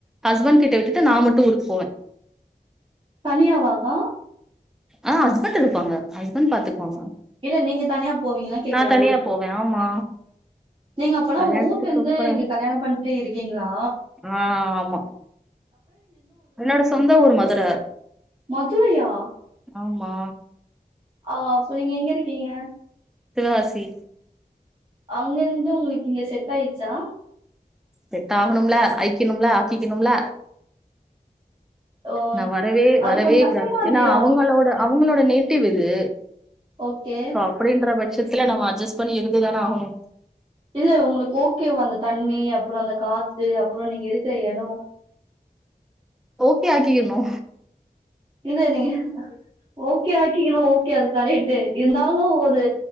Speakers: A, in the centre; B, on the right (about 30°).
A: ஹஸ்பண்ட் கிட்ட விட்டுட்டு நா மட்டு ஊருக்கு போவ
B: தனியாவாக்கா
A: அ ஹஸ்பண்ட்டு இருப்பாங்க ஹஸ்பண்ட் பாத்துக்குவாங்க
B: இல்ல நீங்க தனியா போவீங்களான்னு கேக்குறே
A: நா தனியா
B: ஊருக்கு
A: போவ ஆமா
B: நீங்க அப்பனா
A: கல்யாணத்துக்கு
B: ஊர்லந்து
A: அப்புறோ
B: இங்க கல்யாணம் பண்ட்டு இருக்கீங்ளா
A: ஆ ஆமா என்னோட சொந்த ஊரு மதுர
B: மதுரையா
A: ஆமா
B: அ இப்ப நீங்க எங்க இருக்கீங்க
A: சிவகாசி
B: அங்கந்து உங்களுக்கு இங்க செட் ஆயிட்ச்சா
A: செட் ஆகணும்ல ஆய்க்கணும்ல ஆக்கிக்கணும்ல
B: ஓ
A: நா வரவே
B: அது
A: வரவே
B: கொஞ்ச கஷ்டமா
A: கூடாது
B: இல்லையா
A: ஏன்னா அவுங்களோட அவுங்களோட நேட்டிவ் இது
B: ஓகே
A: சோ அப்டின்ற பட்சத்துல நம்ம அட்ஜஸ்ட் பண்ணி இருந்துதான ஆகணு
B: இல்ல உங்களுக்கு ஓகேவ அந்த தண்ணி அப்புறோ அந்த காத்து அப்புறோ நீங்க இருக்குற எடோ
A: ஓகே ஆக்கிக்கணு
B: இல்ல நீங்க ஓகே ஆக்கிகனு ஓகே அது கரெட் டு இருந்தாலு ஒரு